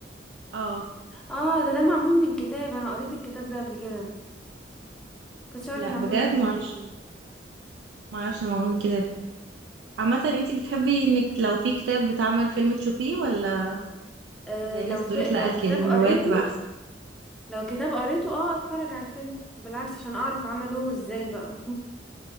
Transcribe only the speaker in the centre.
اه ده ده معمول من كتاب انا قريت الكتاب ده قبل كده كنتش عارف
ان عملوا
منه
فيلم
آه
لو
في
لو
كتاب
قريته
لو كتاب قريته اه اتفرج على الفيلم بالعكس عشان اعرف عملوه ازاي بقى